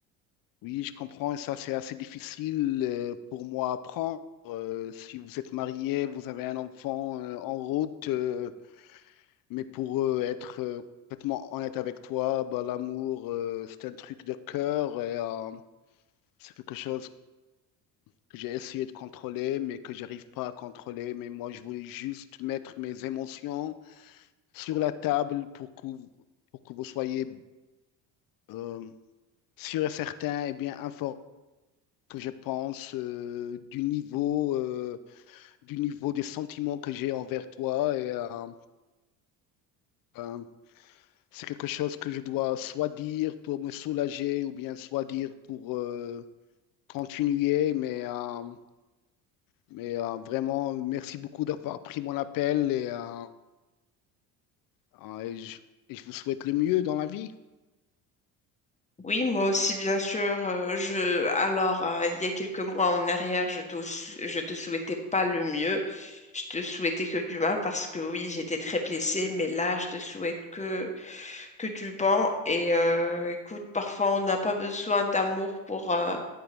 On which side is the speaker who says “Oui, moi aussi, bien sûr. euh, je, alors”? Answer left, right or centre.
Left